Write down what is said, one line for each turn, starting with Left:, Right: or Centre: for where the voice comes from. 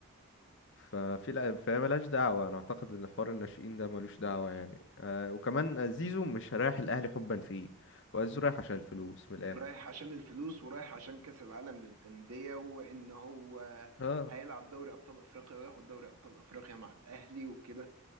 Left: ففي لا فهي ملهاش دعوة أنا أعتقد إن حوار الناشئين ده ملوش دعوة يعني آه وكمان زيزو مش رايح الأهلي حبا فيه وزيزو رايح عشان الفلوس من الآخر
Right: رايح عشان الفلوس ورايح عشان كأس العالم للأندية وإن هو
Left: اه
Right: هيلعب دوري أبطال أفريقيا وياخد دوري أبطال أفريقيا مع الأهلي وكده